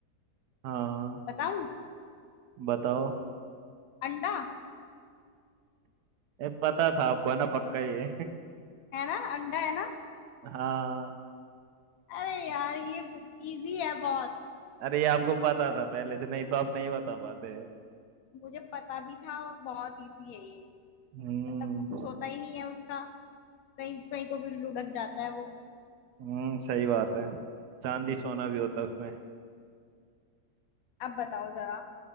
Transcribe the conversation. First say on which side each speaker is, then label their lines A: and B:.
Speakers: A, on the right; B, on the left.
A: हाँ
B: बताऊं
A: बताओ
B: अंडा
A: ए, पता था आपको है ना पक्का ये
B: है ना अंडा है ना
A: <laughs> हाँ
B: अरे यार ये इजी है बहुत
A: अरे ये आपको पता था पहले से नहीं तो आप नहीं बता पाते
B: मुझे पता भी था और बहुत इजी है ये
A: हम्म
B: मतलब कुछ होता ही नहीं है उसका कहीं कहीं को भी लुढ़क जाता है वो
A: हम्म सही बात है चांदी सोना भी होता है उसमें
B: अब बताओ जरा